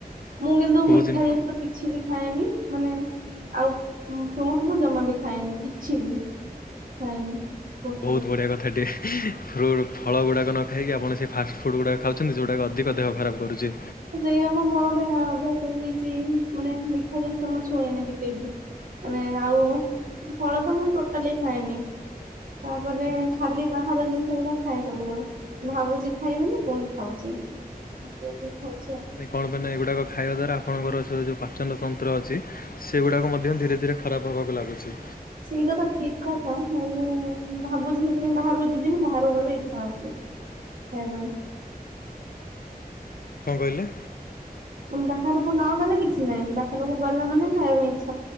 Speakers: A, on the right; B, on the left.
A: ମୁଁ କିନ୍ତୁ
B: କୋଉ
A: ମିଠା
B: ଜିନି
A: ଜିନିଷ କିଛି ବି ଖାଏନି। ମାନେ ଆଉ ଫ୍ରୁଟ ମୁଁ ଜମା ବି ଖାଏନି କିଛି ବି ଖାଏନି। ଫ୍ରୁଟ
B: ବହୁତ
A: ଗୁଡା।
B: ବଢ଼ିଆ କଥା ଟେ ଫ୍ରୁଟ୍ ଫଳ ଗୁଡ଼ାକ ନ ଖାଇକି ଆପଣ ସେଇ ଫାଷ୍ଟଫୁଡ଼୍ ଗୁଡ଼ାକ ଖାଉଚନ୍ତି ଯେଉଟାକ ଅଧିକ ଦେହ ଖରାପ କରୁଚି।
A: ସେଇଆ ମ ମୋର ଗୋଟେ ଅଭ୍ୟାସ ହେଇଯାଇଚି, ମାନେ ମିଠା ଜିନିଷ ମୁଁ ଛୁଇଁନି ଟିକେ ବି। ମାନେ ଆଉ ଫଳ ତ ମୁଁ ଟୋଟାଲି ଖାଏନି। ତାପରେ ଖାଲି ବାହାର ଜିନିଷ ଗୁଡା ଖାଏ ସବୁବେଳେ ଭାବୁଚି ଖାଇବିନି ପୁଣି ଖାଉଚି। <unintelligible>
B: କଣ ପାଇଁ ନା ଏଗୁଡ଼ାକ ଖାଇବା ଦ୍ୱାରା ଆପଣଙ୍କର ସେ ଯଉଁ ପାଚନ ତନ୍ତ୍ର ଅଛି ସେଗୁଡ଼ାକ ମଧ୍ୟ ଧୀରେ ଧୀରେ ଖରାପ ହେବାକୁ ଲାଗୁଚି।
A: ସେଇଟା ତ ଠିକ କଥା, ହେଲେ ଭାବୁଚି ସେଥିପାଇଁ ବାହାରକୁ ଯିବିନି ବାହାରକୁ ଗଲେ ଇଚ୍ଛା ହଉଚି ସେଇ ପାଇଁ।
B: କଣ କହିଲେ?
A: ବାହାରକୁ ନ ଗଲେ କିଛି ନାହିଁ ବାହାରକୁ ଗଲା ମାନେ ଖାଇବା ପାଇଁ ଇ